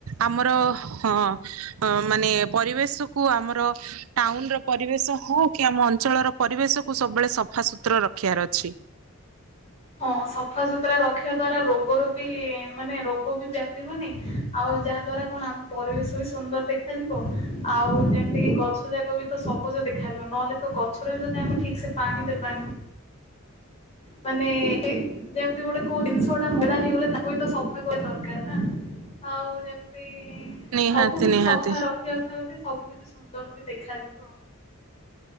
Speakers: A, on the right; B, on the left.
A: ଆମର ହଁ, ମାନେ ପରିବେଶକୁ ଆମର ଟାଉନର ପରିବେଶ ହଉ କି ଆମ ଅଞ୍ଚଳର ପରିବେଶକୁ ସବୁବେଳେ ସଫା ସୁତୁର ରଖିବାର ଅଛି।
B: ହଁ ସଫାସୁତୁରା ରଖିବା ଦ୍ଵାରା ରୋଗର ବି ମାନେ ରୋଗ ବି ବ୍ୟାପିବନି। ଆଉ ଯାହା ଦ୍ଵାରା କଣ ଆମ ପରିବେଶ ବି ସୁନ୍ଦର ଦେଖାଯିବ? ଆଉ ଯେମିତି ଗଛ ଯାକ ବି ତ ସବୁଜ ଦେଖାଯିବ, ନ ହେଲେ ତ ଗଛରେ ବି ଯଦି ଆମେ ଠିକ୍ସେ ପାଣି ଦେବାନି ମାନେ ଏ ଯେମିତି ଗୋଟେ କୋଉ ଜିନିଷ ମଇଳା ହେଇଗଲେ ତାକୁ ବି ତ ସଫା ଟିକେ ଦରକାର ନା। ଆଉ ଯେମିତି
A: ନିହାତି
B: ସବୁ କିଛି
A: ନିହାତି।
B: ସଫା ରଖି ନ ଥାନ୍ତି, ସବୁ କିଛି ସୁନ୍ଦର ବି ଦେଖାଯିବ।